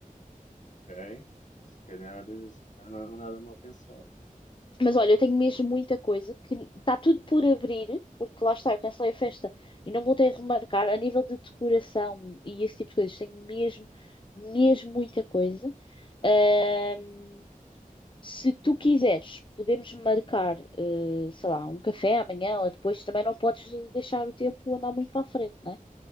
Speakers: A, on the left; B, on the left.
A: Ok. Se calhar, se calhar não é nada mal pensado.
B: Mas olha, eu tenho mesmo muita coisa que está tudo por abrir, porque lá está, eu cancelei a festa e não voltei a remarcar. A nível de decoração e esse tipo de coisas, tenho mesmo, mesmo muita coisa. Ahm, se tu quiseres, podemos marcar, eh, sei lá, um café amanhã ou depois. Também não podes deixar o tempo andar muito para a frente, né?